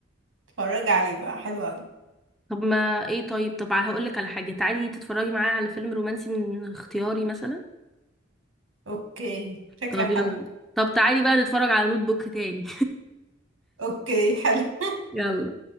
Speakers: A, on the right; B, in the centre.
A: اتفرج عليه بقى حلو قوي
B: طب ما ايه طيب طب هقول لك على حاجه تعالي تتفرجي معايا على فيلم رومانسي من اختياري مثلا
A: اوكي فكرة
B: طب
A: حلوة
B: يلا بينا. طب تعالي بقى نتفرج على نوت بوك تاني
A: اوكي حلو
B: <laughs> يلا